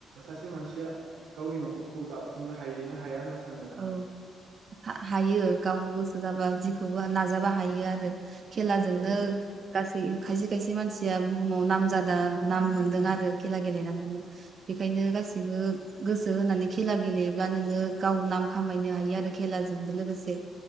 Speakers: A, on the right; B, on the right.
A: सासे मानसिया गावनि न'खरखौ दाफुंनो हायो ना हाया होनना सानो नोंथाङा?
B: औ हायो गाव गोसो जाबा जेखौबो नाजाबा हायो आरो खेलाजोंनो
A: औ
B: गासै खायसे खायसे मानसिया बुहुमाव नाम जादा नाम मोनदों आरो खेला गेलेनानैनो बेखायनो गासिबो गोसो होनानै खेला गेलेयोब्ला नोंङो-' गाव नाम खामायनो हायो आरो खेलाजों लोगोसे